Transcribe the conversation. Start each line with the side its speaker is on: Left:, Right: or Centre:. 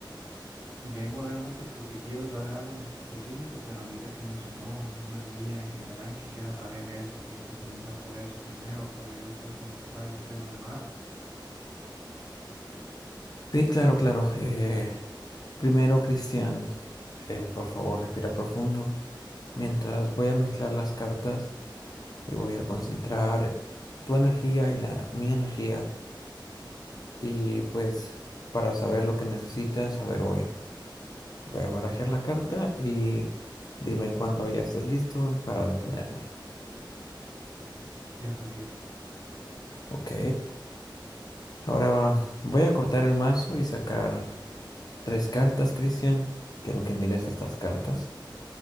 Right: vengo realmente porque quiero saber algo en específico, pero ahorita que mencionó una guía en general, quisiera saber eso, fíjese, comenzar por eso primero, para yo después comentarle a usted lo demás.
Left: Sí, claro, claro. Eh, primero, Cristian, eh, por favor, respira profundo mientras voy a mezclar las cartas y voy a concentrar tu energía y la mi energía. Y pues, para saber lo que necesitas saber hoy, voy a barajar la carta y dime cuando ya estés listo para detenerme.
Right: Ya estoy listo.
Left: Ok. Ahora va, voy a cortar el mazo y sacar tres cartas, Cristian. Quiero que mires estas cartas.